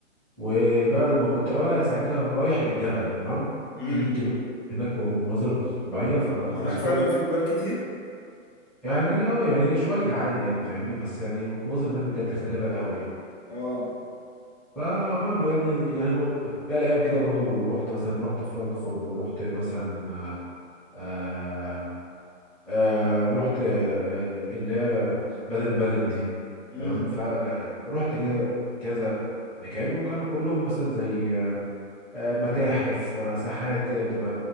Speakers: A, in the centre; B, on the left.
A: وبعد ما كنت را- بقى ساعتها رايح للجبل تمام
B: امم
A: في جبال هناك ومناظر طبيعيه فك-
B: وهناك
A: فعشان
B: فعلا
A: كده
B: في جبال كتير
A: يعني اه يعني شويه عادي يعني فاهمني بس يعني المناظر هناك بجد خلابه قوي يعني
B: اه
A: فبرضه يعني يعني ب- بقى الايام كده برضه رحت مثلا رحت فرانكفورت ورحت مثلا آه آه آه، رحت آه آه، اللي هي بادن بادن دي
B: امم
A: تمام فرحت كده كذا مكان وكانوا كلهم مثلا زي آه، متاحف آه، ساحات كده بتبقى